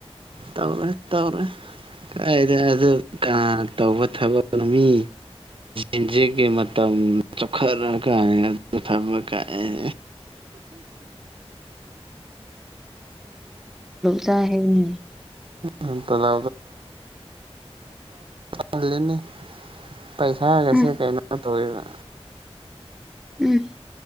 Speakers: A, on the right; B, in the centre.
A: ꯇꯧꯔꯦ ꯇꯧꯔꯦ ꯀꯗ ꯑꯗꯨ ꯀꯅꯥ ꯇꯧꯕ ꯊꯕꯛ ꯃꯤ ꯦꯟꯖꯦꯛꯀꯤ ꯃꯇꯝ ꯎꯝ ꯆꯥꯎꯣꯛꯈꯠꯂ ꯀꯥꯏ ꯑꯗꯨ ꯐꯕ ꯀꯥꯏꯦ
B: ꯆ ꯍꯥꯏ
A: ꯂ ꯆꯂ ꯆꯕꯁꯨꯅꯤ ꯄꯩꯁꯥꯒꯁꯦ
B: ꯎꯝ
A: ꯀꯩꯅꯣ ꯇꯧꯔꯤꯕ
B: ꯎꯝ